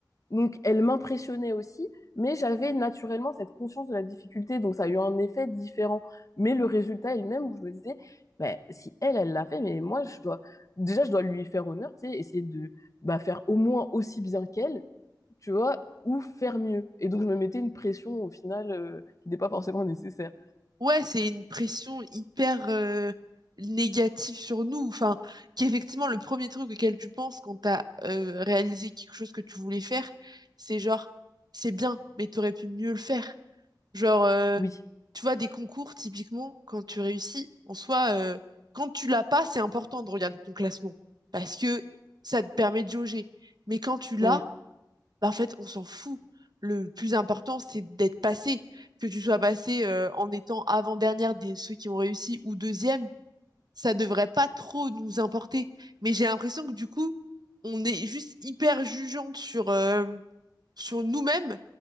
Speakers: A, on the left (about 45°); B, on the right (about 65°).
A: Donc, elle m'impressionnait aussi, mais j'avais naturellement cette conscience de la difficulté, donc ça a eu un effet différent. Mais le résultat est le même, où je me disais, bah, si elle, elle l'a fait, mais moi, je dois, déjà, je dois lui faire honneur, tu sais, essayer de bah, faire au moins aussi bien qu'elle, tu vois, ou faire mieux. Et donc, je me mettais une pression, au final, euh, qui n'est pas forcément nécessaire.
B: Ouais, c'est une pression hyper euh, négative sur nous. Enfin, qu'effectivement, le premier truc auquel tu penses quand t'as as réalisé quelque chose que tu voulais faire, c'est genre, c'est bien, mais t'aurais pu mieux le faire. Genre, euh,
A: Oui.
B: tu vois, des concours, typiquement, quand tu réussis, en soi, euh, quand tu l'as pas, c'est important de regarder ton classement. Parce que ça te permet de jauger. Mais quand tu l'as,
A: Mm.
B: bah, en fait, on s'en fout. Le plus important, c'est d'être passé. Que tu sois passé, euh, en étant avant-dernière des ceux qui ont réussi ou deuxième, ça devrait pas trop nous importer. Mais j'ai l'impression que du coup, on est juste hyper jugeante sur, euh, sur nous-mêmes,